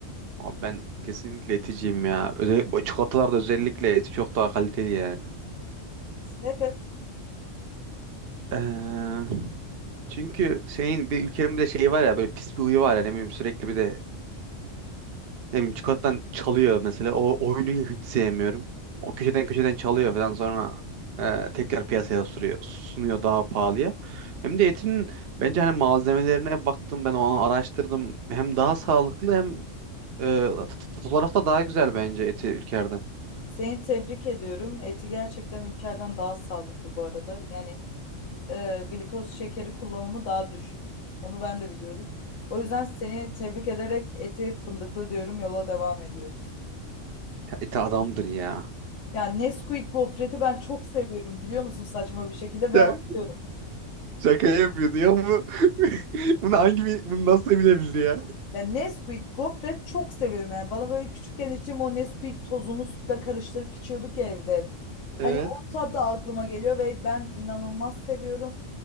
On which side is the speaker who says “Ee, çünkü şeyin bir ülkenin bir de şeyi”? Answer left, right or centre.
Right